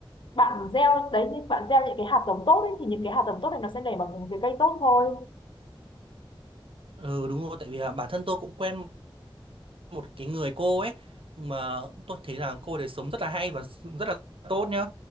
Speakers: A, on the left; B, on the right.
A: bạn gieo đấy như bạn gieo những cái hạt giống tốt ấy thì những cái hạt giống tốt này nó sẽ nảy bằng những cái cây tốt thôi
B: ừ đúng rồi tại vì là bản thân tôi cũng quen một cái người cô ấy mà tôi thấy là cô đấy sống rất là hay và rất là tốt nhá